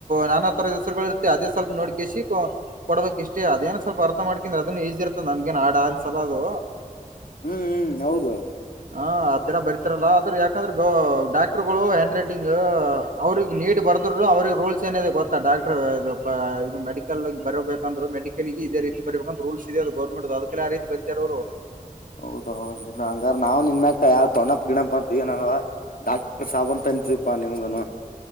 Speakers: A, on the right; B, on the left.
A: ನಾನಾ ತರದ ಹೆಸರುಗಳು ಇರುತ್ತೆ ಅದೇ ಸ್ವಲ್ಪ ನೋಡ್ ಕಸಿ ಕೊಡ್ಬೇಕಕ್ಷ್ಟೇ ಅದೇಏನ್ ಸ್ವಲ್ಪ ಅರ್ಥ ಮಾಡ್ಕಂದ್ರ ಅದನ್ನು ಈಜಿರ್ತ ನಮಗಗೆನ್ಾ ಅನ್ಸಲ ಅದು
B: ಹ್ಮ್ ಹ್ಮ್ ಹೌದು
A: ಹ ಆತರ ಬರಿತಾರಲ್ಲ ಆದ್ರೆ ಯಾಕಂದ್ರ ಗ ಡಾಕ್ಟರ್ ಗಳು ಹ್ಯಾಂಡ್ ರೈಟಿಂಗ್ ಇ ಅವ್ರಗ್ ನೀಟ್ ಬರ್ದರುರು ಅವ್ರಿಗೆ ರೂಲ್ಸ್ ಏನಿದೆ ಗೊತ್ತಾ ಡಾಕ್ಟರ್ ಇದು ಇದು ಮೆಡಿಕಲ್ ಬರಬೇಕಂದ್ರೆ ಮೆಿಕಲಿಿಗೆ ಇದೇ ರೀತಿ ಬರಬೇಕಂದ್ರೂಲ್ಸ್ದೆದು ಗೌರ್ಮೆಂಟ್ ಅದಕ್ಕೆಲ್ಲ ಯ ರೀತಿ ಬರಿತಾರ ಅವರು
B: ಹೌದೌದ ಇಲ್ಲ ಹಂಗಾರ ನಾವು ನಿನ್ ಮ್ಯಾಕ ಯಾವ ಟೊಣನಪ್ ಗಿಣಪ್ ಬಂತೀವಿಏನವಾ ಡಾಕ್ಟರ್ ಸಾಬ ಅಂತ ಕಚ ರೂಪ ನಿಮಗನು